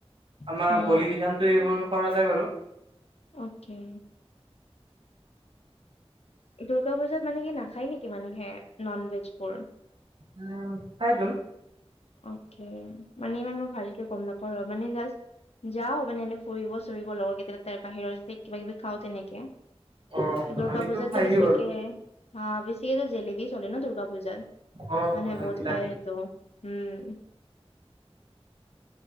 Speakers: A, on the right; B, on the left.
A: আমাৰ
B: অ'
A: বলি বিধানতো এইবোৰ কৰা যায় বাৰু।
B: অ'কে। দুৰ্গা পূজাত মানে কি নাখায় নেকি মানুহে নন ভেজবোৰ?
A: উম, খাইতো।
B: অ'কে, মানে ইমান মই ভালকে গম নাপাওঁ মানে জা যাও মানে এনেই ফুৰিব-চুৰিব লগৰ <unintelligible> বাহিৰত যে কিবা কিবি খাওঁ তেনেকে।
A: অ
B: দুূৰ্গা
A: আমিতো
B: পূজাততো
A: খাই
B: বেছিকে
A: দিওঁ বাৰু
B: হা বেছিকো জেলেবি চলে ন দুৰ্গা পূজাত।
A: অ
B: মানে বহুত
A: জিলাপি
B: খায় আহিছোঁ। উম্।